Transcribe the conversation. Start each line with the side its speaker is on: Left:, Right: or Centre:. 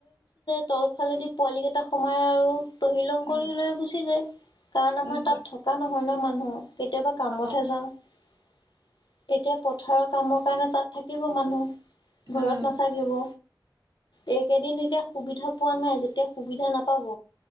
Left: তলফালেদি পোৱালি কেইটা সোমাই আৰু তহিলং
Right: উম,
Left: কৰি লৈ গুচি যায়। কাৰণ আমাৰ
Right: উম,
Left: তাত থকা নহয় ন মানুহ কেতিয়াবা কামতহে
Right: অ',
Left: যাও। এতিয়া পথাৰৰ কামৰ কাৰণে তাত থাকিব মানুহ
Right: উম,
Left: ঘৰত নাথাকিব এইকেদিন এতিয়া সুবিধা পোৱা নাই যেতিয়া সুবিধা নাপাব